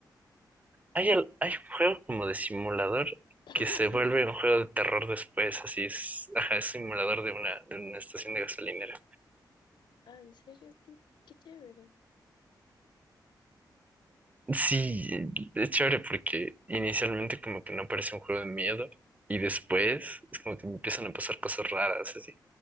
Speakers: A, on the right; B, on the left.
A: Hay, al- hay un juego como de simulador
B: <coughs>
A: que se vuelve un juego de terror después, así es, ajá, es simulador de una, de una estación de gasolinera.
B: Ah, ¿en serio? Qué, qué chévere.
A: Sí, es chévere porque inicialmente como que no parece un juego de miedo y después es como que me empiezan a pasar cosas raras así.